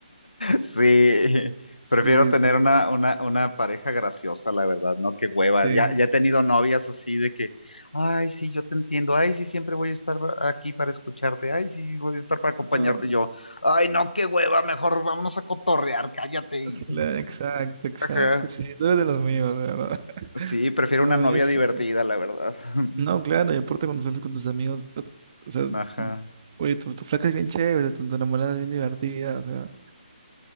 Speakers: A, on the left; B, on the right.
A: Sí, prefiero
B: Sí,
A: tener
B: sí,
A: una, una, una pareja graciosa, la verdad, ¿no? Qué hueva.
B: sí.
A: Ya, ya he tenido novias así de que, ay, sí, yo te entiendo, ay, sí, siempre voy a estar aquí para escucharte, ay, sí, voy a estar para acompañarte.
B: No,
A: Y yo, ay, no, qué hueva, mejor vámonos a cotorrear, cállate. y-
B: sí, la- exacto, exacto.
A: Ajá.
B: Sí, tú eres de los míos, de verdad.
A: Sí,
B: <laughs>
A: prefiero
B: No,
A: una novia
B: yo sé.
A: divertida, la verdad. <laughs>
B: No, claro, y aparte cuando sales con tus amigos, pues, o sea,
A: Ajá,
B: oye, tu, tu flaca es bien chévere, tu, tu enamorada es bien divertida, o sea,